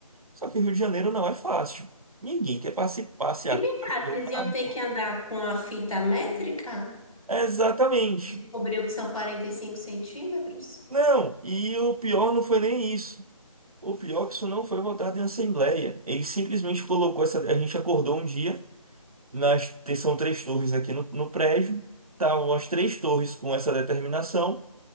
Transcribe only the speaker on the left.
E vem
cá,
vocês
iam ter
que andar com a fita métrica?
Descobriu que são 45 centímetros?